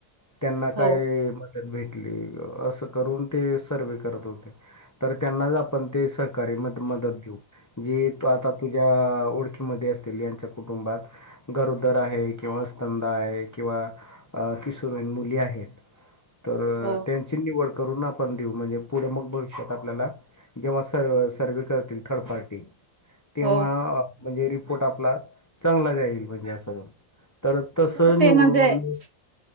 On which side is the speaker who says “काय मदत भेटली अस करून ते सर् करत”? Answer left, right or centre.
Left